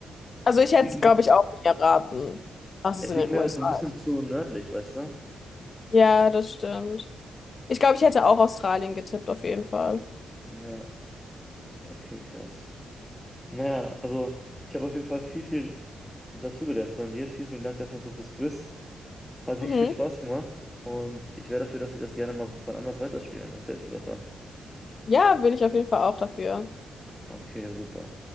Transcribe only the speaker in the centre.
Es
liegt,
es
liegt
mir
halt so ein bisschen zu nördlich, weißt du?
Ja, okay, krass. Naja, also ich habe auf jeden Fall viel, viel dazugelernt von dir. Vielen, vielen Dank erstmal so fürs Quiz. Hat richtig
viel Spaß gemacht und ich wäre dafür, dass wir das gerne mal wann anders weiterspielen. Was hältst du davon?
Okay, super.